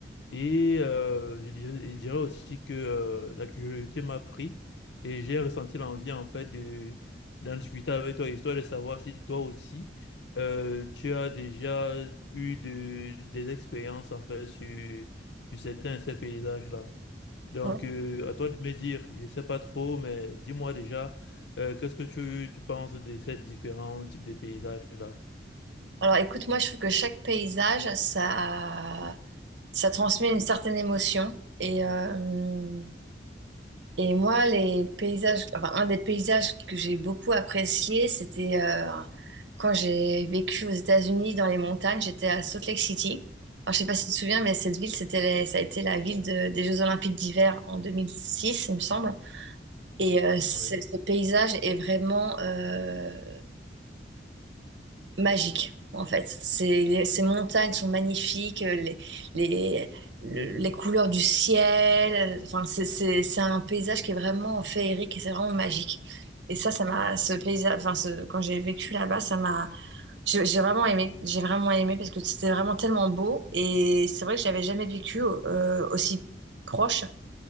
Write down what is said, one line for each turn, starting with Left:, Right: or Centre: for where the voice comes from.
Left: Et euh, je dirais, je dirais aussi que euh, la curiosité m'a pris et j'ai ressenti l'envie, en fait, de, d'en discuter avec toi, histoire de savoir si toi aussi, euh, tu as déjà eu de- des expériences, en fait, sur, sur certains de ces paysages-là. Donc,
Right: oui.
Left: euh, à toi de me dire, je ne sais pas trop, mais dis-moi déjà, euh, qu'est-ce que tu, tu penses de ces différents types de paysages-là?
Right: Alors écoute, moi je trouve que chaque paysage, ça, ça transmet une certaine émotion. Et, euh, et moi, les paysages, enfin, un des paysages que j'ai beaucoup apprécié, c'était euh, quand j'ai vécu aux États-Unis dans les montagnes, j'étais à Salt Lake City. Alors, je sais pas si tu te souviens, mais cette ville, c'était les- ça a été la ville de- des Jeux Olympiques d'hiver en 2006, il me semble. Et euh, ce
Left: Oui.
Right: ce paysage est vraiment euh, magique, en fait. Ces, ces montagnes sont magnifiques, euh, les, les, le- les couleurs du ciel. Enfin, c'est c'est- c'est un paysage qui est vraiment féerique et c'est vraiment magique. Et ça, ça m'a, ce paysage, enfin, ce- quand j'ai vécu là-bas, ça m'a, j'ai j'ai vraiment aimé. J'ai vraiment aimé parce que c'était vraiment tellement beau. Et c'est vrai que j'avais jamais vécu euh, aussi proche,